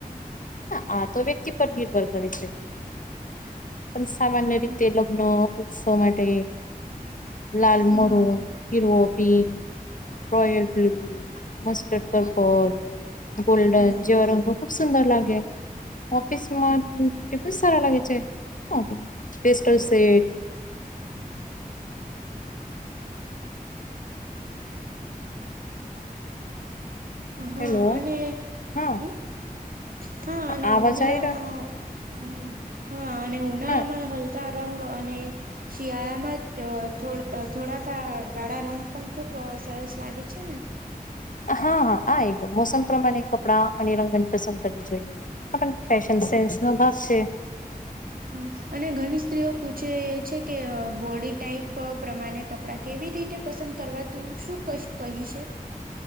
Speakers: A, on the left; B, on the right.
A: હા આ તો વ્યક્તિ પર નિર્ભર કરે છે પણ સામાન્ય
B: હમ
A: રીતે લો ઉત્સવ માટે લાલ, મરૂન,
B: હા
A: હીરવો, pink royal blue, mustard, purple golden
B: હા
A: જેવા રંગો ખૂબ સુંદર લાગે. ઓફિસ માટે પણ સારા લાગે છે ઓફિ પેસ્ટલ સેટ
B: હા
A: હેલો
B: અને
A: હા
B: ઉમ હા અને
A: આવાજ
B: ઉનાળામાં
A: આવી રહ્યો
B: હા અને ઉનાળામાં
A: હા
B: હલકા રંગ અને શિયાળામાં અ.. થો.. થોડાક ગ.. ગાળા રંગ પણ ખુબ સરસ લાગે છે ને!
A: હા હા આ એકદમ મોસમ પ્રમાણે કપડાં અને રંગની પસંદ કરવી જોઈએ. આપણને ફેશન સેન્સનો ભાગ છે.
B: હ અને ઘની સ્ત્રીઓ પૂછે છે કે બોડી ટાઈપ પ્રમાને કપડાં કેવી રીતે પસંદ કરવા તું શું કશ કહી છે